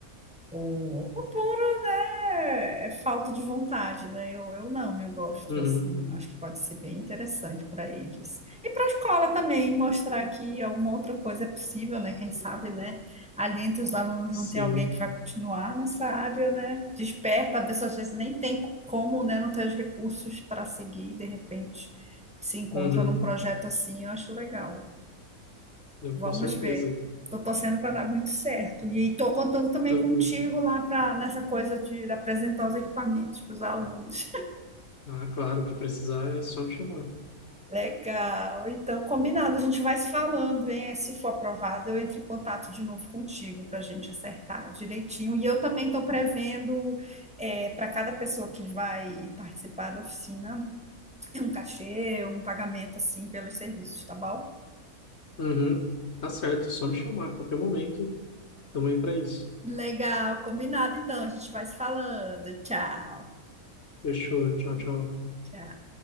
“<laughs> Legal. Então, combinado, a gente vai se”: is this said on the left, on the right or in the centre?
Centre